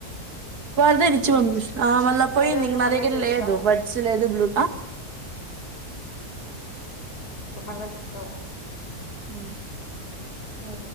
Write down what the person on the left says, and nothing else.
ఉమ్.
సరే ఉండు
మళ్ళా
చేస్తా
మళ్ళ చెప్పురో
ఆ